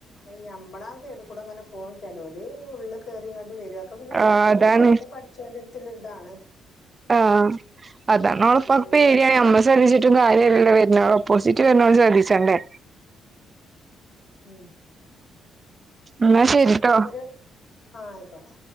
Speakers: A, on the left; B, on the right.
A: അഞമ്പളാസൈഡിക്കൂട അങ്ങനെ പോവും ചെലോര് ഉള്ളള് കയറങ്ങോണ്ട് വരുംക്കെ പിന്നെ
B: ആഹ്
A: പഠിച്ചന്റെ
B: അതാണ്
A: കൊറെക്കെ പഠിച്ചന്റെ അടുത്തി ഇതാണ്
B: ആ് അതാണ് ഉപ്പ
A: കൂടി
B: പേടിയ നമ്മ ശ്രദ്ധിച്ചിട്ടും കാര്യംല്ല വരുന്ന പോസിറ്റീവ് എനോർജി വർധിച്ചണ്ടേ
A: ഉം
B: എന്നാ ശരിട്ടോ
A: ഒ ആഹ ആയിക്കോട്ടെ